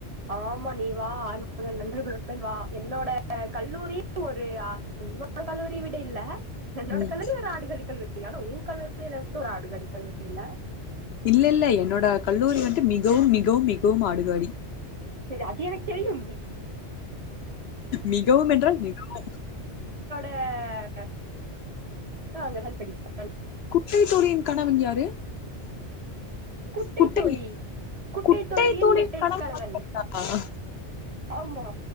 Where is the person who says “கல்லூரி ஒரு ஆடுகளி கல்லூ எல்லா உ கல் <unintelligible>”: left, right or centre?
Right